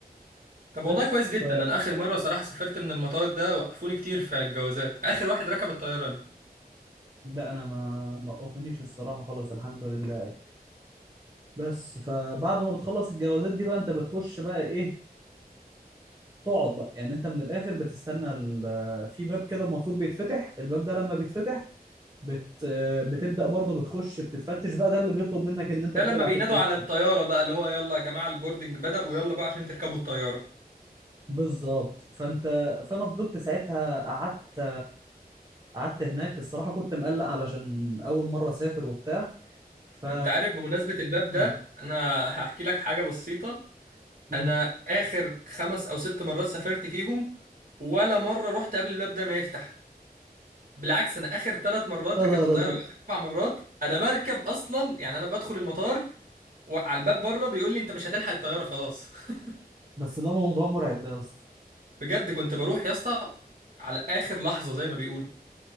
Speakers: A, on the right; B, on the right.
A: طب
B: بس
A: والله كويس جدا
B: ف
A: انا اخر مره صراحه سافرت من المطار ده وقفوني كتير في الجوازات اخر واحد ركب الطياره انا
B: لا انا ما ما اوفنيش الصراحه خالص الحمد لله يعني بس فبعد ما بتخلص الجوازات دي بقى انت بتخش بقى ايه تقعد بقى يعني انت من الاخر بتستنى ال... في باب كده المفروض بيتفتح الباب ده لما بيتفتح بت... بتبدأ برضه بتخش بتتفتش بقى ده اللي بيطلب منك ان انت
A: ده
B: بتقلع
A: لما بينادوا
B: فيه الكوتشي
A: على الطياره بقى اللي هو يلا يا جماعه البوردنج بدأ ويلا بقى عشان تركبوا الطياره
B: بالظبط فانت فانا فضلت ساعتها قعدت قعدت هناك الصراحة كنت مقلق علشان اول مرة اسافر وبتاع ف
A: انت عارف بمناسبه الباب ده
B: اه
A: انا هحكي لك حاجه بسيطه
B: امم
A: انا اخر خمس او ست مرات سافرت فيهم ولا مره رحت قبل الباب ده ما يفتح بالعكس انا اخر ثلاث مرات
B: يا
A: ركبت
B: نهار
A: طياره
B: ازرق
A: اخر اربع مرات انا بركب اصلا يعني انا بدخل المطار وعلى الباب بره بيقول لي انت مش هتلحق الطياره خلاص <laughs>
B: بس ده موضوع مرعب ده يا اسطى
A: بجد كنت بروح يا اسطى على اخر لحظه زي ما بيقولوا